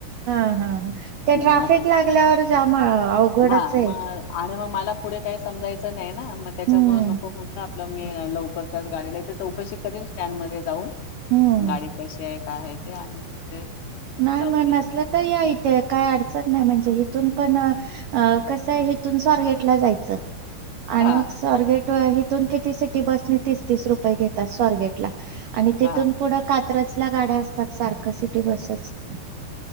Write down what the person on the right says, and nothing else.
हा हा त्या
ट्राफिक
लागल्यावर जाम अवघडच
ए.
हम्म
हम्म
नाही
मग
नसलं तर या इथे काही अडचण नाही, म्हणजे हिथून पण अ कसंय हथून स्वारगेटला जायचं आणि
मग स्वारगेट तिथून किती सी टी बसला तीस -तीस रुपये घेतात, स्वारगेट ला आणि तिथून
पुढं कात्रज ला गाड्या असतात, सारख सि टी बसचं